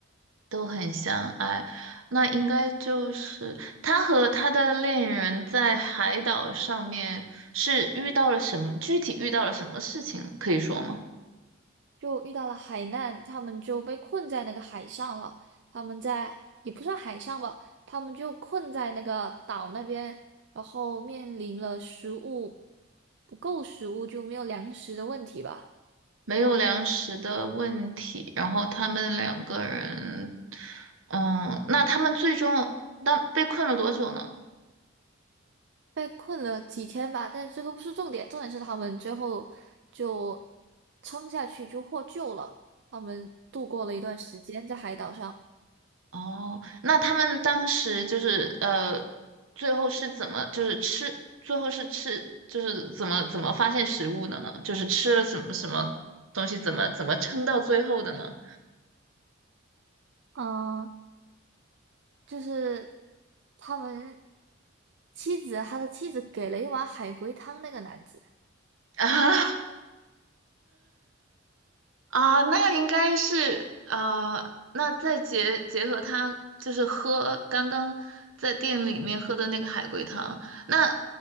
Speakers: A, on the right (about 75°); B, on the right (about 60°).
A: 都很相爱，那应该就是他和他的恋人在海岛上面是遇到了什么，具体遇到了什么事情呢可以说吗？
B: 就遇到了海难，他们就被困在那个海上了。他们在也不算海上吧，他们就困在那个岛那边，然后面临了食物不够食物，就没有粮食的问题吧。
A: 没有粮食的问题，然后他们两个人，嗯，那他们最终那被困了多久呢？
B: 被困了几天吧，但是这个不是重点，重点是他们最后就撑下去，就获救了。他们度过了一段时间在海岛上。
A: 哦，那他们当时就是呃，最后是怎么就是吃，最后是吃就是怎么怎么发现食物的呢？就是吃了什么什么东西，怎么怎么撑到最后的呢？
B: 嗯，就是他们妻子，他的妻子给了一碗海龟汤那个男子。
A: <laughs> 啊啊，那应该是呃，那再结结合他就是喝刚刚在店里面喝的那个海龟汤，那